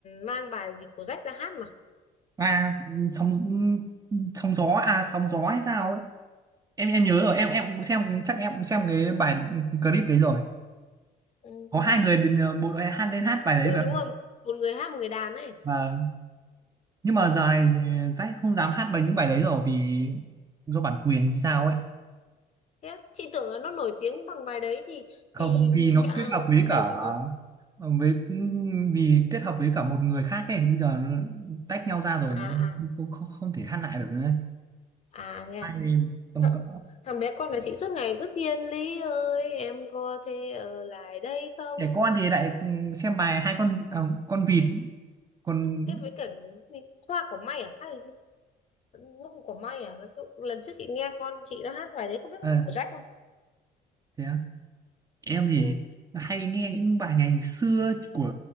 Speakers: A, on the left (about 40°); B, on the right (about 20°).
A: mang bài gì của Jack ra hát mà
B: À, sóng sóng gió à sóng gió hay sao ấy? em em nhớ rồi em em cũng xem chắc em cũng xem cái bài clip đấy rồi
A: ừ.
B: có hai người đến ờ, bộ đội hát lên hát bài đấy
A: ừ
B: phải
A: đúng
B: không
A: rồi một người hát một người đàn ấy
B: và nhưng mà giờ này Jack không dám hát bài những bài đấy rồi vì do bản quyền hay sao ấy
A: thế á? chị tưởng là nó nổi tiếng bằng bài đấy thì
B: không
A: thì
B: vì nó
A: cả,
B: kết hợp với
A: cứ
B: cả
A: để cho nó
B: với vì kết hợp với cả một người khác ấy bây giờ nó tách nhau ra rồi
A: à à
B: không, không, không thể hát lại được nữa ấy.
A: à thế à
B: hai tầm
A: thằng,
B: cỡ
A: thằng bé con là chị suốt ngày cứ thiên lý ơi em có thể ở lại đây không
B: trẻ con thì lại ừ, xem bài hai con à, con vịt còn
A: cái với cả gì hoa cỏ may à hay là gì Gu của May à? Là cái- Lần trước chị nghe con chị đã hát bài đấy không biết
B: ờ,
A: có phải của Jack không?
B: thế á em thì
A: Ừ.
B: hay nghe những bài ngày xưa của